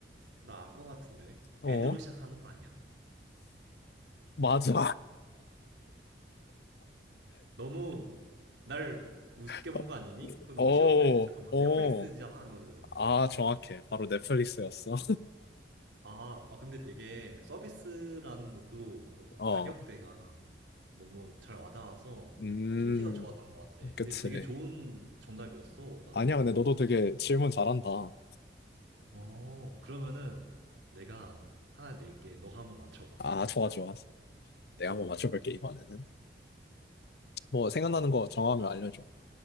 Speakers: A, on the right; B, on the left.
A: 나 알 것 같은데.
B: 어,
A: N으로 시작하는 거 아니야?
B: 맞아.
A: 너무 날 우습게
B: <laughs>
A: 본 거 아니니? 그건
B: 어,
A: 너무 쉬운데? 잠깐만,
B: 어.
A: 넷플릭스잖아, 그거는.
B: 아, 정확해. 바로 넷플릭스였어.
A: 아, 아, 근데 되게 서비스라는 것도 그렇고
B: <laughs> 어.
A: 가격대가 너무 잘 와닿아서
B: 음,
A: 힌트가 좋았던 것 같아.
B: 그치.
A: 근데 되게 좋은 정답이었어. 나는,
B: 아니야, 근데 너도 되게 질문 잘한다. 어.
A: 어, 그러면은 내가 하나 낼게. 너가 한번 맞춰봐,
B: 아,
A: 이제.
B: 좋아, 좋아. 내가
A: 음,
B: 한번 맞춰볼게, 이번에는. 뭐, 생각나는 거 정하면 알려줘.